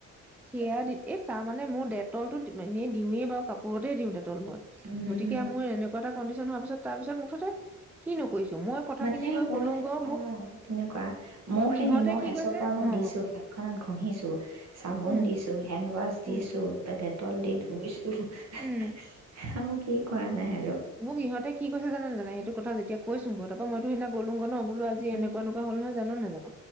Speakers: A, in the centre; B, on the right.
A: সেইয়াদি এ তাৰমানে মোৰ ডেটলটো এনে দিওঁৱে বাৰু, কাপোৰতেই দিওঁ দেখ <unintelligible>
B: উম,
A: গতিকে
B: হম,
A: মোৰ এনেকুৱা এটা কণ্ডিচন হোৱা পিছত তাৰপিছত মুঠতে, কিনো কৰিছো মই কথাখিনি
B: মানে
A: গৈ
B: মই,
A: কলোংগৈ মোক
B: অ', তেনেকুৱা, মইও সেই
A: ইহঁতে
B: নিমখ
A: কি
B: এচপৰামান
A: কৈছে অ
B: দিছোঁ, হাতখনত ঘঁহিছো, চাবোন
A: উম
B: দিছোঁ, হেণ্ড ৱাছ
A: উম
B: দিছোঁ, ডে-ডেটল দি ধুইছোঁ, সে, সে,
A: উম
B: সে, আৰু কি ক'বা? <unintelligible>
A: মোক ইহঁতে কি কৈছে জানানে নাজানা ইহঁতে? কথা যেতিয়া কৈছোঁংগৈ, তাৰ সেইদিনা গ'লোগৈ ন', বুলো আজি
B: উম,
A: এনেকুৱা তেনেকুৱা হ'ল নহয়, জানন নাজান?